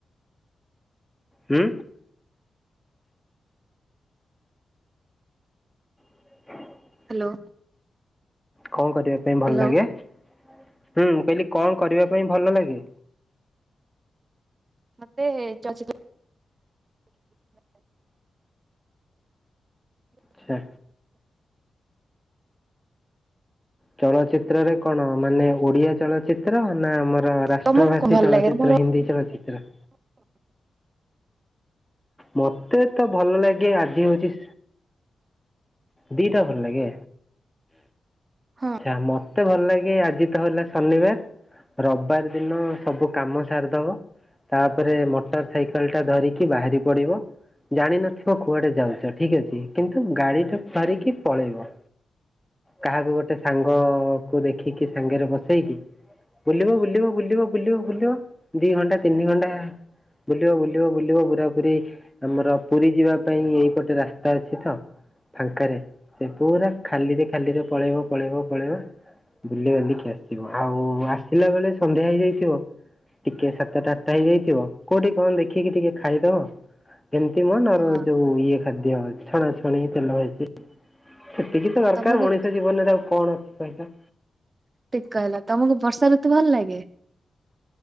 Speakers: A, in the centre; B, on the right.
A: ହୁଁ। <inaudible>
B: ହ୍ୟାଲୋ।
A: କଣ କରିବା ପାଇଁ ଭଲ
B: ହ୍ୟାଲୋ।
A: ଲାଗେ ହୁଁ କହିଲି କଣ କରିବା ପାଇଁ ଭଲ ଲାଗେ?
B: ମତେ ଚଳଚିତ୍ର
A: ଆଛା। ଚଳଚିତ୍ରରେ କଣ ମାନେ ଓଡିଆ ଚଳଚିତ୍ର ନା ଆମର ର ରାଷ୍ଟ୍ର
B: ତମକୁ
A: ଭାଷୀ
B: କଣ ଭଲ
A: ଚଳଚିତ୍ର
B: ଲାଗେ ତମର
A: ହିନ୍ଦୀ ଚଳଚିତ୍ର। ମତେ ତ ଭଲ ଲାଗେ ଆଜି ହଉଛି ଦିଟା ଭଲ ଲାଗେ
B: ହଁ।
A: ଆମ ମତେ ଭଲ ଲାଗେ ଆଜି ତ ହେଲା ଶନିବାର ରବିବାର ଦିନ ସବୁ କାମ ସାରିଦବ। ତାପରେ ମୋଟର ସାଇକେଲେ ଟା ଧରିକି ବାହାରି ପଡିବ ଜାଣିିନଥିବ କୁଆଡେ ଯାଉଛ ଠିକ ଅଛି କିନ୍ତୁ ଗାଡି ଟା ବାରିକି ପଳେଇବ। କାହାକୁ ଗୋଟେ ସାଙ୍ଗ କୁ ଦେଖିକି ସାଙ୍ଗରେ ବସେଇକି ବୁଲିବ ବୁଲିବ ବୁଲିବ ବୁଲିବ ବୁଲିବ ଦି ଘଣ୍ଟା ତିନି ଘଣ୍ଟା ବୁଲିବ ବୁଲିବ ବୁଲିବ ପୁରା ପୁରି ଆମର ପୁରୀ ଯିବା ପାଇଁ ଏଇ ଗୋଟେ ରାସ୍ତା ଅଛି ତ। ଫାଙ୍କାରେ ସେ ପୁରା ଖାଲିରେ ଖାଲିରେ ପଳେଇବ ପଳେଇବ ପଳେଇବ। ବୁଲି ବାଲିକି ଆସିବ ଆଉ ଆସିଲା ବେଳେ ସନ୍ଧ୍ୟା ହେଇଯାଇଥିବ। ଟିକି ସାତଟା ଆଠଟା ହେଇଯାଇଥିବ କେଉଠି କଣ ଦେଖିକି ଟିକେ ଖାଇଦେବ। ଏମିତି ମୋ ନୋର
B: ହଁ
A: ଯୋଉ ଇଏ ଖାଦ୍ୟ ଛଣା ଛଣି ତେଲ ହେଇଛି। ସେତିକି ତ ଦରକାର
B: ତମକୁ
A: ମଣିଷ ଜୀବନରେ ତ ଆଉ କଣ ଅଛି କହିଲ?
B: ଠିକ କହିଲ ତମକୁ ବର୍ଷା ଋତୁ ଭଲ ଲାଗେ?